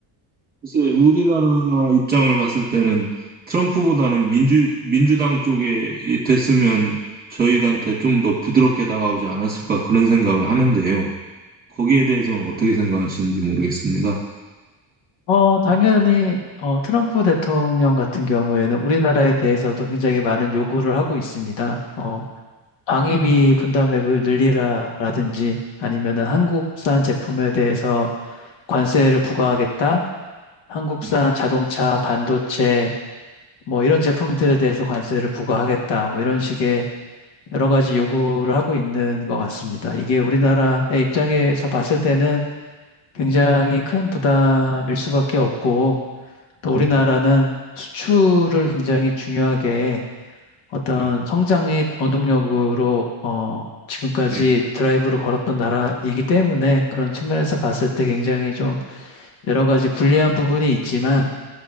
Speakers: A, on the right; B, on the left.
A: 글쎄, 우리나라 입장을 봤을 때는 트럼프보다는 민주, 민주당 쪽에 됐으면 저희한테 좀 더 부드럽게 다가오지 않았을까 그런 생각을 하는데요. 거기에 대해서는 어떻게 생각하시는지 모르겠습니다.
B: 어, 당연히 어, 트럼프 대통령 같은 경우에는 우리나라에 대해서도 굉장히 많은 요구를 하고 있습니다. 어, 방위비 분담액을 늘리라라든지 아니면은 한국산 제품에 대해서 관세를 부과하겠다. 한국산
A: 예,
B: 자동차, 반도체 뭐 이런 제품들에 대해서 관세를 부과하겠다. 뭐 이런 식의 여러 가지 요구를 하고 있는 것 같습니다. 이게 우리나라의 입장에서 봤을 때는 굉장히 큰 부담일 수밖에 없고 또 우리나라는
A: 예,
B: 수출을 굉장히 중요하게 어떤
A: 예,
B: 성장의 원동력으로 어, 지금까지
A: 예,
B: 드라이브를 걸었던 나라이기 때문에 그런 측면에서 봤을 때 굉장히 좀 여러 가지 불리한 부분이 있지만